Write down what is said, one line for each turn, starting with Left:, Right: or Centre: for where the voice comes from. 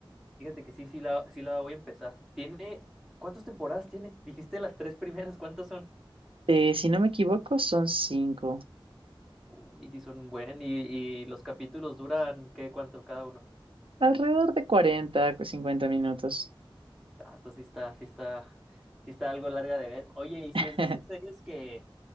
Centre: Fíjate que sí, sí la, sí la voy a empezar. Tiene, ¿cuántas temporadas tiene? Dijiste las tres primeras, ¿cuántas son?
Right: Eh, si no me equivoco, son cinco.
Centre: Uy, sí son buen, y, y los capítulos duran, ¿qué, cuánto cada uno?
Right: Alrededor de 40, 50 minutos.
Centre: Ah, entonces sí está, sí está, sí está algo larga de ver. Oye, y si
Right: <laughs>
Centre: es de esas series que,